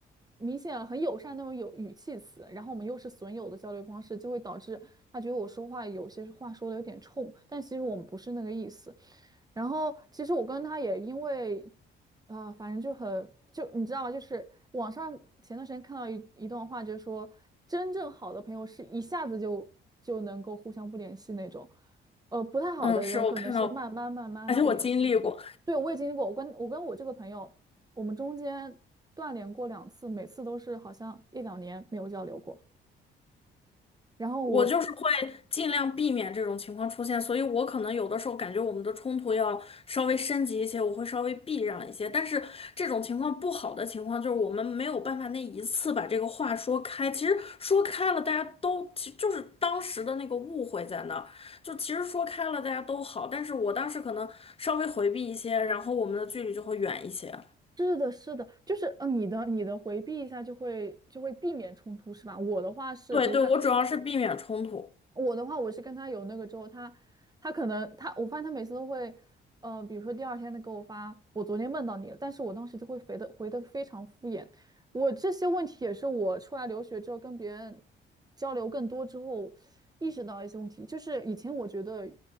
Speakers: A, on the right; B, on the left.
A: 明显很友善那种有语气词，然后我们又是损友的交流方式，就会导致他觉得我说话有些话说的有点冲，但其实我们不是那个意思。然后其实我跟他也因为，啊，反正就很就你知道吗？就是网上前段时间看到一一段话，就是说真正好的朋友是一下子就就能够互相不联系那种，呃，不太好的人可能是慢慢慢慢不联系。
B: 嗯，是我看到过，而且我经历过。
A: 对，我也经历过，我跟我跟我这个朋友，我们中间断联过两次，每次都是好像一两年没有交流过。然后我
B: 我就是会尽量避免这种情况出现，所以我可能有的时候感觉我们的冲突要稍微升级一些，我会稍微避让一些。但是这种情况不好的情况就是我们没有办法那一次把这个话说开。其实说开了，大家都其实就是当时的那个误会在那儿，就其实说开了大家都好，但是我当时可能稍微回避一些，然后我们的距离就会远一些。
A: 是的，是的，就是嗯，呃你的你的回避一下就会就会避免冲突是吧？我的话是我感
B: 对对，我主要是避免冲突。
A: 我的话，我是跟他有那个之后，他他可能他，我发现他每次都会，呃，比如说第二天他给我发，我昨天梦到你了，但是我当时就会回的回的非常敷衍。我这些问题也是我出来留学之后跟别人交流更多之后意识到一些问题，就是以前我觉得